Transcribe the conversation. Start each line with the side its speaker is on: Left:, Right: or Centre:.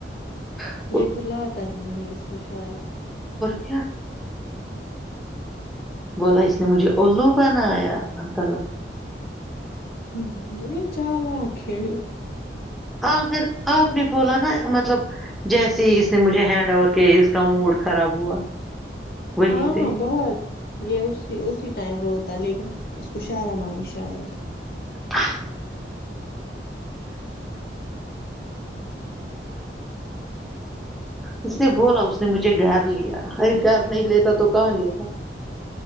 Centre: ہ
Left: یہ پل آتا ہی نہیں اس کو شاید
Centre: چ بولا اس نے مجھے او بنایا تال
Left: ہ یہ چال آکھھی
Centre: آگر آپ نے بولا نا مطلب جیسے ہی اس نے مجھے ہینڈ اوور کیا اس کا موڈ خراب ہوا وہی
Left: ہاں
Centre: پہ
Left: ہاں بہت یہ اسی اسی ٹائم پر ہوتا لیکن اس کو شارمائی شاید
Centre: ہ اس نے بولا اس نے مجھے گھر لیا ارے گھر نہیں لیتا تو کہاں لیتا